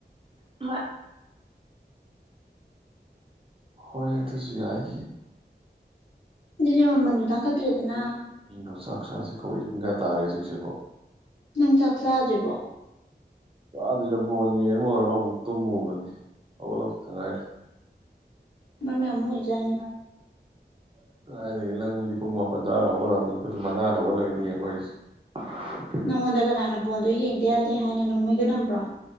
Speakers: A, on the right (about 30°); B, on the left (about 80°).
A: ꯍꯣꯏ ꯍꯣꯏ ꯑꯗꯨꯁꯨ ꯌꯥꯏ
B: ꯑꯗꯨꯗꯤ ꯃꯃꯟꯗꯨ ꯇꯥꯡꯈꯠꯇ꯭ꯔꯦꯗꯅ
A: ꯑꯩꯅꯣ ꯆꯥꯛ ꯆꯁꯤ ꯀꯧꯏ ꯄꯨꯡ ꯀꯌꯥ ꯇꯥꯔꯒꯦ ꯍꯧꯖꯤꯁꯤꯕꯣ
B: ꯅꯪ ꯆꯥꯛ ꯆꯥꯗ꯭ꯔꯤꯕꯣ
A: ꯆꯥꯗ꯭ꯔꯤꯗ ꯕꯣꯟ ꯌꯦꯡ ꯂꯣꯏꯔꯒ ꯑꯃꯨꯛ ꯇꯨꯝꯃꯨꯕꯅꯤ ꯍꯧꯒꯠꯂꯛꯄꯗ ꯉꯥꯏꯔꯤ
B: ꯃꯔꯝ ꯌꯥꯝ ꯃꯣꯛ ꯏ ꯖꯥꯠꯅꯤꯅꯦ
A: <inaudible> ꯀꯥꯏꯗꯒꯤ ꯅꯪꯗꯤ ꯄꯨꯡ ꯃꯥꯄꯟ ꯇꯔꯥꯗ ꯍꯧꯒꯠꯂꯝꯒꯅꯤ ꯈꯣꯏꯗꯤꯟ ꯃꯉꯥꯗ ꯍꯧꯒꯠꯂꯒꯅꯤ ꯌꯦꯡꯕ ꯍꯧꯔꯤꯖꯤ <unintelligible>
B: ꯅꯪꯉꯣꯟꯗ ꯀꯅꯥꯅ ꯕꯣꯟꯗꯣ ꯌꯦꯡꯗ ꯌꯥꯗꯦ ꯍꯥꯏꯅ ꯅꯣꯡꯃꯩꯒ ꯅꯝꯕ꯭ꯔꯣ